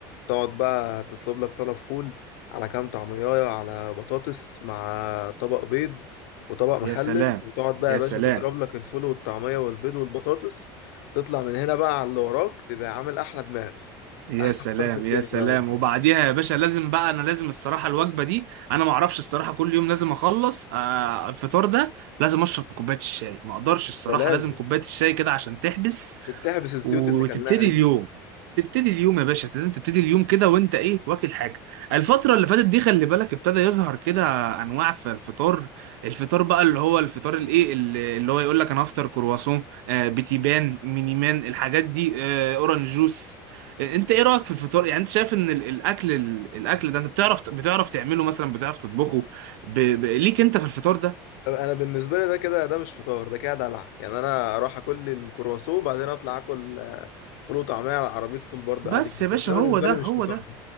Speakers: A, on the left; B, on the right.
A: تقعد بقى تطلب لك طلب فول على كام طعميه على بطاطس مع طبق بيض وطبق مخلل
B: يا سلام
A: وتقعد بقى
B: يا
A: يا باشا
B: سلام
A: تضرب لك الفول والطعميه والبيض والبطاطس تطلع من هنا بقى على اللي وراك تبقى عامل احلى دماغ
B: يا
A: احلى
B: سلام
A: فطار في الدنيا
B: يا سلام
A: ده والله
B: وبعديها يا باشا لازم بقى انا لازم الصراحه الوجبه دي انا ما اعرفش الصراحه كل يوم لازم اخلص آه الفطار ده لازم اشرب كوبايه الشاي ما اقدرش الصراحه
A: ده لازم
B: لازم كوبايه الشاي كده عشان تحبس
A: عشان تحبس الزيوت
B: وتبتدي
A: اللي كلناها دي
B: اليوم تبتدي اليوم يا باشا لازم تبتدي اليوم كده وانت ايه واكل حاجه الفتره اللي فاتت دي خلي بالك ابتدى يظهر كده انواع في الفطار الفطار بقى اللي هو الفطار الايه اللي اللي هو يقول لك انا افطر كرواسون آه بتيبان مينيمان الحاجات دي آه اورنج جوس آه، انت ايه رايك في الفطار يعني انت شايف ان ال- الاكل ال- الاكل ده انت بتعرف بتعرف تعمله مثلا بتعرف تطبخه ب... ب... ليك انت في الفطار ده
A: انا بالنسبه لي ده كده ده مش فطار ده كده دلع يعني انا اروح اكل لي الكرواسون وبعدين اطلع اكل آه، فول وطعميه على عربيه فول برضه
B: بس
A: عادي جدا
B: يا باشا
A: ده
B: هو
A: بالنسبه
B: ده
A: لي
B: هو
A: مش فطار
B: ده
A: ده